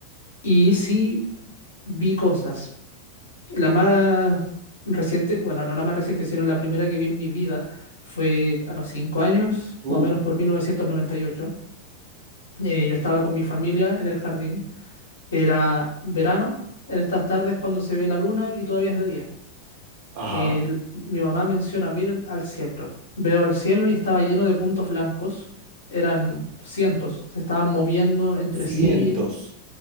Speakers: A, on the left; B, on the right.
A: y sí vi cosas. La más reciente, bueno, no la más reciente, sino la primera que vi en mi vida fue a los cinco años,
B: Uh,
A: más o menos por 1998. Eh, yo estaba con mi familia en el jardín era verano, en estas tardes cuando se ve la luna y todavía es de día.
B: Ajá.
A: El- mi mamá menciona, miren al cielo. Veo el cielo y estaba lleno de puntos blancos. Eran cientos, se estaban moviendo entre
B: cientos.
A: sí.